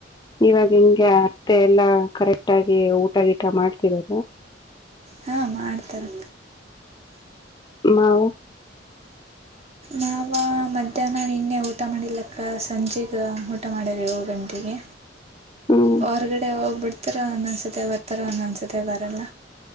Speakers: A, on the left; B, on the right.
A: ಇವಾಗ ಹಿಂಗೆ ಅತ್ತೆ ಎಲ್ಲಾ ಕರೆಕ್ಟ್ ಆಗಿ ಊಟಗೀಟ ಮಾಡ್ತಾರ
B: ಹಾಂ ಮಾಡ್ತಾರೆ
A: ಮಾ
B: ನಾವ ಮಧ್ಯಾಹ್ನ ನಿನ್ನೆ ಊಟ ಮಾಡಲಕ್ಕ ಸಂಜೆಗ ಊಟ ಮಾಡ್ಯಾರೆ ಏಳು ಗಂಟೆಗೆ
A: ಹ್ಮ್
B: ಹೊರ್ಗಡೆ ಹೋಗ್ಬಿಡ್ತಾರೋ ಅನ್ನನ್ಸದೆ ಬರ್ತಾರೋ ಅನ್ನನ್ಸುತ್ತ ಬರಲ್ಲ